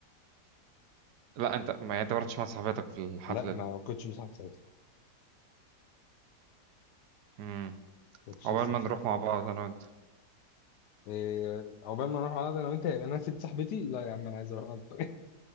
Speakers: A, on the right (about 75°); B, on the left (about 75°).
A: لا انت ما يعني انت ما رحتش مع صاحبتك في الحفلة
B: لا ما
A: دي
B: كنتش مساعد ساعتها
A: امم
B: ما كنتش
A: عقبال
B: لسه
A: ما
B: مساعد
A: نروح مع بعض انا وانت
B: إيه، عقبال ما نروح قعده انا وانت يبقى انا سيب صاحبتي لا يا عم انا عايز اروح قعده <laughs>